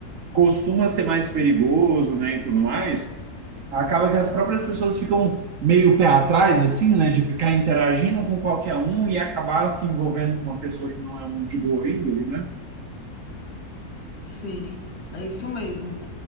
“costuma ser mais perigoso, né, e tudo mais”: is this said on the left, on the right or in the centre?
Right